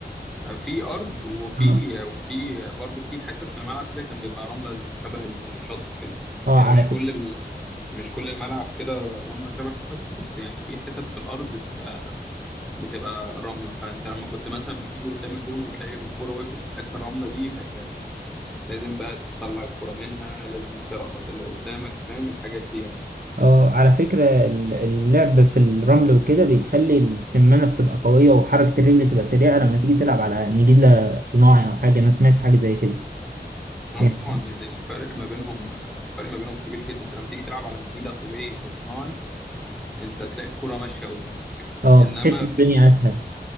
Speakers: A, in the centre; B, on the right.
A: في ارض وفي
B: اه
A: وفي برضه في حتت في الملعب كده كان بيبقى رمله شبه الشط كده
B: اه
A: يعني
B: على
A: مش كل
B: فكرة
A: ال... مش كل الملعب كده رمله شبه الشط بس يعني في حتت في الارض بتبقى بتبقى رمله فانت لما كنت مثلا بتيجي قدام الجون وتلاقي الكرة وقفت في الحته الرمله دي فتلاقي لازم بقى تطلع الكرة منها لازم ترقص اللي قدامك فاهم الحاجات دي يعني
B: اه على فكرة ال- اللعب في الرمل وكده بيخلي السمانة بتبقى قوية وحركة الرجل تبقى سريعة لما تيجي تلعب على نجيلة صناعي او حاجة انا سمعت حاجة زي كده
A: اه
B: يعني
A: طبعا لان الفرق ما بينهم الفرق ما بينهم كبير جدا انت لما تيجي تلعب على نجيله طبيعي او صناعي انت تلاقي الكرة ماشيه قدامك
B: اه
A: انما
B: بتحس الدنيا
A: في ال...
B: اسهل